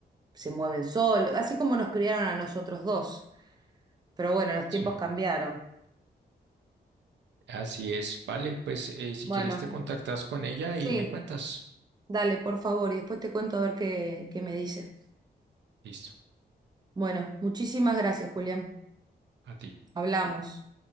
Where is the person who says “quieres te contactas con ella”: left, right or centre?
Right